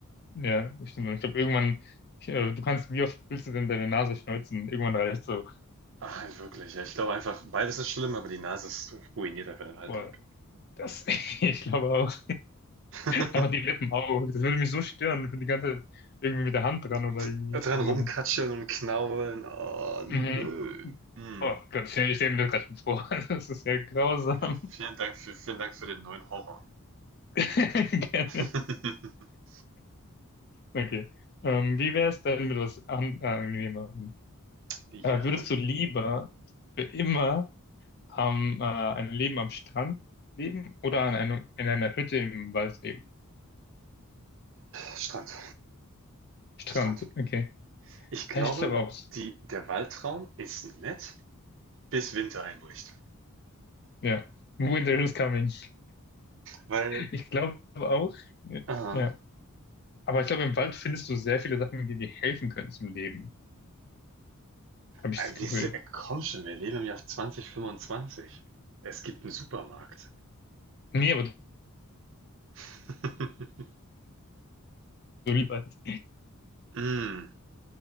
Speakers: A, on the left; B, on the right.
A: Ja, ich, stimmt. ich glaube, irgendwann, ich, äh, du kannst, wie oft willst du denn deine Nase schneuzen? Irgendwann reicht so.
B: Ah, wirklich. Ja, ich glaube einfach, beides ist schlimm, aber die Nase ist ruiniert einfach den Alltag.
A: Boah, das, <laughs> ich glaube auch.
B: <laughs>
A: Aber die Lippen auch. Das würde mich so stören, wenn die ganze Zeit irgendwie mit der Hand dran oder
B: D
A: irgendwie
B: dran
A: was machen.
B: rumkatscheln und knabbeln. Oh, nö.
A: Mhm.
B: Hm.
A: Oh Gott, ich stelle stell mir das gerade schon vor. <laughs> Das ist ja grausam.
B: Okay. Vielen Dank für, vielen Dank für den neuen Horror.
A: <laughs> Gerne.
B: <laughs>
A: Okay. Ähm, wie wäre es denn mit was an- angenehmerem?
B: Ja.
A: Äh, würdest du lieber für immer am, äh, ein Leben am Strand leben oder an einem, in einer Hütte im Wald leben?
B: Strand.
A: Strand,
B: Strand.
A: okay.
B: Ich glaube,
A: Ja, ich glaube auch.
B: die der Waldtraum ist nett, bis Winter einbricht.
A: Ja. Winter is coming.
B: Weil,
A: Ich glaube auch.
B: aha,
A: Ja. Aber ich glaube, im Wald findest du sehr viele Sachen, die dir helfen können zum Leben. Habe
B: äh,
A: ich das
B: wir
A: Gefühl.
B: si äh, komm schon, wir leben im Jahr 2025. Es gibt einen Supermarkt.
A: Nee, aber du,
B: <laughs>
A: du liebst Wald.
B: Hm,